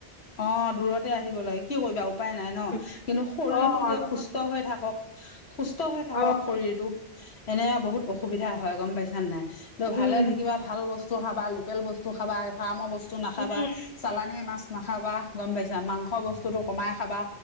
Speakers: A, on the left; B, on the left.
A: অ, দূৰতে আহিব লাগে কি কৰিবা উ। উপায় নাই ন,
B: উম,
A: কিন্তু শৰীৰটো
B: অ
A: তেওঁ
B: লগত
A: সুস্থ
B: গছ,
A: হৈ থাকক। সুস্থ হৈ থাকক,
B: অ
A: শৰীৰটো এনে বহুত অসুবিধা হয়, গম পাইছানে নাই। ত,
B: উম
A: ভালে থাকিবা ভাল বস্তু খাবা, লোকেল বস্তু খাবা, ফাৰ্মৰ বস্তু নাখাবা,
B: উম
A: চালান মাছ নাখাবা গম পাইছা, মাংস বস্তুতটো কমাই খাবা।